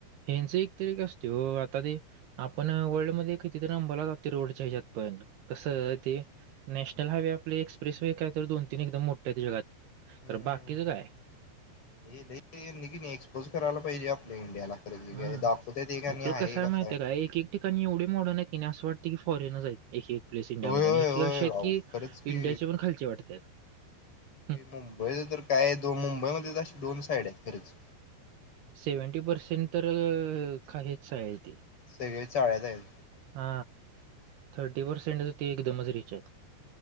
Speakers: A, on the right (about 70°); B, on the left (about 30°).
A: ह्याचं एकतरी एक असतय ओ आता ते आपण वर्ल्ड मध्ये कितीतरी नंबरला जातोय रोडच्या ह्याच्यात पण कसं ते नॅशनल हायवे आपले एक्सप्रेस वे काय तर दोन तीन एकदम मोठ्या जगात
B: हम्म
A: तर बाकीचं
B: हम्म
A: काय
B: हे नाही निघी नाही एक्सपोज करायला पाहिजे आपल्या इंडियाला खरंच हे
A: हा
B: काय दाखवत्यात एक आणि
A: आपलं
B: आहे
A: कस माहित
B: कसं
A: आहे का एक एक ठिकाणी एवढे मॉडर्न आहेत क नाही असं वाटत फॉरेन आहेत एक एक प्लेस इंडियामध्ये
B: होय होय
A: आणि
B: होय
A: की अश आहेत
B: अहो
A: की
B: खरंच की
A: इंडियाचे पण खालचे वाटतात हं,
B: मुंबईच तर काय दो मुंबईमध्ये तर अशी दोन साईड आहे खरच
A: सेवनटी पर्सेंट तर काहीच आहे ते
B: सगळी चाळ्या जाईल
A: हा थर्टी पर्सेंटच ते एकदमच रिच आहेत